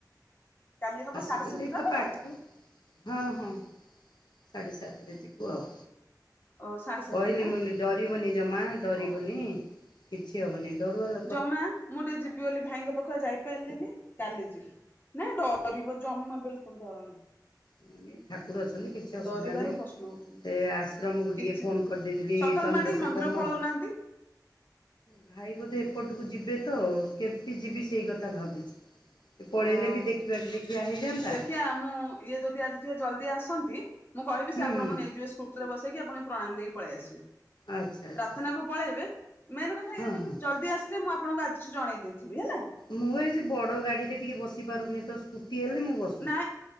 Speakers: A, on the left (about 30°); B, on the left (about 80°).
A: କାଲି ହବ
B: ଆସିଚନ୍ତି
A: ସାଢେ ସାତଟା
B: ଏଠେ ତ
A: ବେଳେ
B: ପାଖ ହଁ- ହଁ ସାଢ଼େ ସାତ୍ ରେ ଯିବୁ ଆଉ।
A: ଓ ସାଢେ ସାତଟା
B: କହିଲି ମୁଁ କହିଲି ଡରିବନି ଜମା ଡରିବନି
A: ଓହୋ।
B: କିଛି ହବନି ଡରୁଆ ଲୋ
A: ଜମା ମୁଁ ଟିକେ ଯିବି ବୋଲି ଭାଇଙ୍କ ପାଖକୁ ‌ଆ- ଯାଇ ଯାଇ ପାରିଲିନି କାଲି ଯିବି ନାଇଁ ଡରିବ ଜମା ବିଲକୁଲ୍ ଡର ନାହିଁ।
B: ମୁଁ କହିଲି ଠାକୁର ଅଛନ୍ତି କି କିଛି ଅସୁବିଧା
A: ଡରିବାର
B: ନାହିଁ
A: ପ୍ରଶ୍ନ ଉଠୁନି।
B: ସେ ଆଶ୍ରମକୁ
A: କିଛି
B: ଟିକେ ଫୋନ୍
A: ନାହିଁ
B: କରିଦେଇଥିଲି
A: ସକାଳୁ
B: ଚନ୍ଦ୍ରଶେଖର
A: ମା ଟିକେ ମନ୍ଦିର ପଳଉନାହାନ୍ତି
B: ମାଉ ଭାଇ ବୋଧେ ଏପଟକୁ ଯିବେ ତ କେମିତି ଯିବି ସେଇ କଥା ଭାବୁଚି। ପଳେଇଲେ
A: ଅ
B: ବି ଦେଖିବାକୁ ଦେଖିବା ହେଇଯାନ୍ତା।
A: ଦେଖିଆ ମୁଁ ଇଏ ଯଦି ଆଜି ଟିକେ ଜଲ୍ଦି ଆସନ୍ତି ମୁଁ କହିବି ସେ
B: ହୁଁ
A: ଆପଣଙ୍କୁ
B: ହୁଁ
A: ନେଇଯିବେ ସ୍କୁ ସ୍କୁଟି ରେ ବସେଇକି ଆପଣ ପ୍ରଣାମ ଦେଇକି ପଳେଇ ଆସିବେ।
B: ଆଚ୍ଛା ଆଚ୍ଛା
A: ପ୍ରାଥନାକୁ ପଳେଇବ ମେନ୍ କଥା ଇଏ
B: ହଁ
A: ଯଦି
B: ହଁ
A: ଜଲ୍ଦି ଆସିଲେ ମୁଁ ଆପ ହଁ ଆଜିଠୁ ଜଣେଇ ଦେଇଥିବି ହେଲା।
B: ମୁଁ ଏଇ ସେ ବଡ ଗାଡିରେ ଟିକେ ବସି ପାରୁନି ତ ସ୍କୁଟି ହେଲେ ମୁଁ ବସିି
A: ନାଇଁ